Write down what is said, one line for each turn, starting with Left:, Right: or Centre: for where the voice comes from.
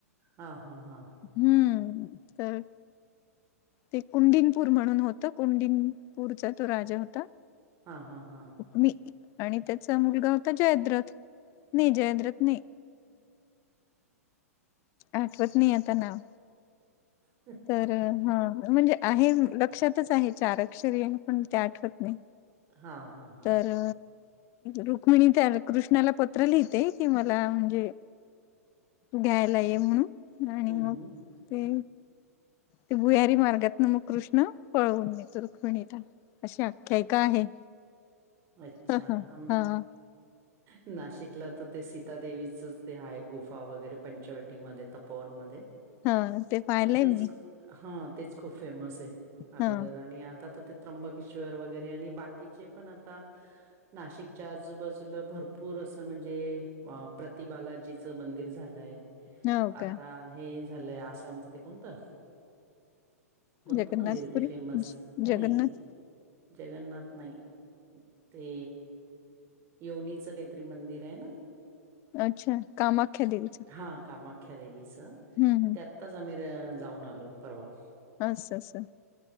Right: हा हा हां.
Left: हम्म तर. ते कुंडिनपूर म्हणून होतं कुंडिनपूरचा तो राजा होता.
Right: हा हा हा.
Left: मी आणि त्याचा मुलगा होता जयद्रथ नाही जयद्रथ नाही्. आठवत नाही आता नाव.
Right: ह.
Left: तर हा म्हणजे आहे लक्षातच आहे चार अक्षरी आहे पण ते आठवत नाही.
Right: हा हा हा
Left: तर. रुक्मिणी त्या कृष्णाला पत्र लिहिते कि मला म्हणजे. घ्यायला ये म्हणून आणि
Right: हम्म
Left: मग
Right: हम्म
Left: ते. ते भुयारी मार्गात ना मग कृष्ण पळवून देतो रुक्मिणीला. अशी आख्यायिका आहे.
Right: अच्छा
Left: ह
Right: आ.
Left: ह हा
Right: नाशिकला तर ते सीतादेवीचच ते आहे गुफा वगैरे पंचवटीमध्ये तपोवनमध्येध्ये.
Left: हा ते. पाहिलंय
Right: तर तेच
Left: मी
Right: हा तेच खूप फेमस आहे अगोदर
Left: हा
Right: आणि आता तर ते. त्र्यंबकेश्वर वगैरे आणि बाकीचे पण आता. नाशिकच्या आजूबाजूला भरपूर असं म्हणजे प्रतिबालाजीचं मंदिर झालंय.
Left: हा हो का
Right: आता हे झालंय आसामचं ते कोणतं. कोणतं
Left: जगन्नाथपुरी
Right: मंदिर आहे ते फेमस नाही
Left: जगन्नाथ
Right: नाही जगन्नाथ नाही. ते यवनीचं काहीतरी मंदिर आहे ना.
Left: अच्छा काम आख्या देवीच.
Right: हां कामाख्या देवीचं.
Left: हु हु.
Right: आताच आम्ही जाऊन आलो परवा.
Left: असं असं